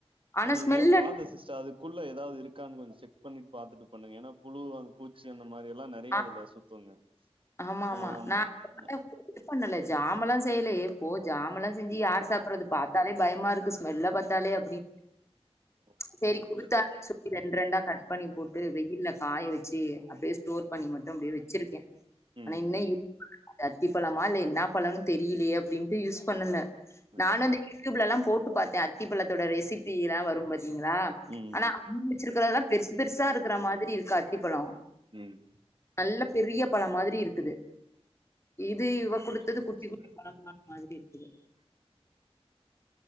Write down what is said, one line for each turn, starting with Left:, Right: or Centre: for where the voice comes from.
Left: ஆனா
Right: நீங்க
Left: ஸ்மெல் அடி
Right: பாத்து சிஸ்டர் அது குள்ள ஏதாவது இருக்கானு கொஞ்சோ செக் பண்ணி பாத்துட்டு பண்ணுங்க ஏனா புழு வா பூச்சி அந்த மாரி எல்லா நெறைய
Left: ஆ
Right: அதுல சுத்துங்க
Left: ஆமா
Right: ஆ ஆமா
Left: நா
Right: ன
Left: இது பண்ணல ஜாமெல்லா செய்யல ஏ போ ஜாமெல்லா செஞ்சு யார் சாப்டுறது பாத்தாலே பயமா இருக்கு ஸ்மெல்ல பாத்தாலே அப்டி
Right: ஓகே
Left: சேரி
Right: ஓகே
Left: குடுத்தாச்சு ரெண்டு ரெண்டா கட் பண்ணி போட்டு வெயில்ல காய வச்சு அப்டியே ஸ்டோர் பண்ணி மட்டும் அப்டியே வச்சிருக்கே
Right: ம்
Left: ஆனா இன்னு யூ அத்தி பழமா இல்ல என்ன பழோனு தெரியலேயே அப்டின்ட்டு யூஸ் பண்ணல
Right: ம்
Left: நானு இந்த யூடியூப்லலலா போட்டு பாத்தே அத்திப்பழத்தோட ரெசிபி எலா வரு பாத்தீங்களா
Right: ம்
Left: ஆனா அவுங்க வச்சிருக்கறதான் பெருசு பெருசா இருக்கிற மாதிரி இருக்கு அத்திப்பழோ
Right: ம்
Left: நல்ல பெரிய பழ மாதிரி இருக்குது இது இவ
Right: ஓகே
Left: குடுத்தது
Right: ஓகே
Left: குட்டி
Right: சிஸ்டர்
Left: குட்டி பழமா ஒரு மாதிரி இருக்குது